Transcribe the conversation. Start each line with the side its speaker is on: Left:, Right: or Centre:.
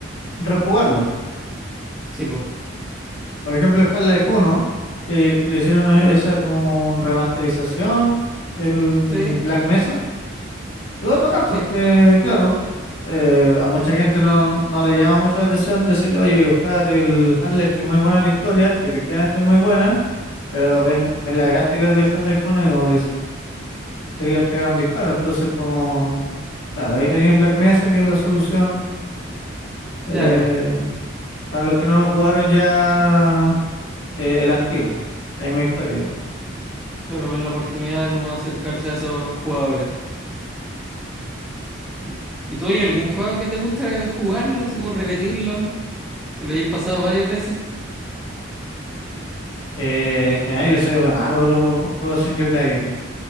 Left: rejugarlo.
Centre: Sí, pues.
Left: Por ejemplo, el Half-Life uno que, que le hicieron e- esa como remasterización, el
Centre: Sí,
Left: Black Mesa, igual bacán, porque
Centre: sí,
Left: claro, eh, a mucha gente no, no le llama mucho la atención decirle, oye, juégate el Half-Life que es muy buena la historia, y efectivamente es muy buena, pero ven, ven las gráficas del Half-Life uno y como que se quieren pegar un disparo, entonces como... Claro, ahí tenéis Black Mesa, que es la solución eh,
Centre: claro.
Left: para los que no lo jugaron ya eh, el antiguo, la misma historia yo.
Centre: Claro, ver la oportunidad de cómo acercarse a esos jugadores. ¿Y, y tú hay algún juego que te guste jugarlo, así como repetirlo, que lo hayáis pasado varias veces?
Left: Eh, en general yo soy re malo para los juegos single player,